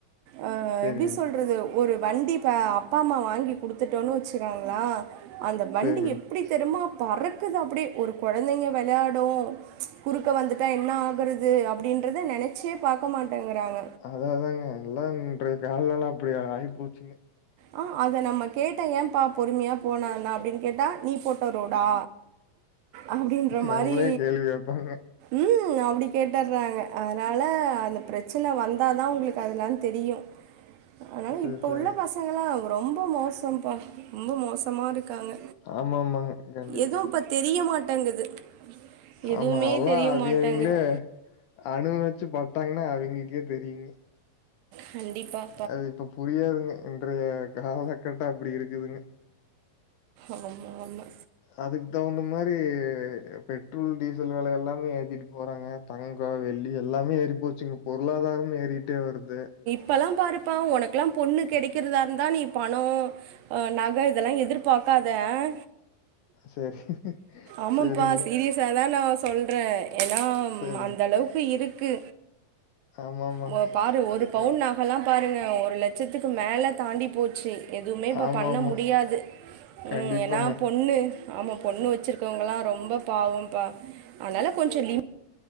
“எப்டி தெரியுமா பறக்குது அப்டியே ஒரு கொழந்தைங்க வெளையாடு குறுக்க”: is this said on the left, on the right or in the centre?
Right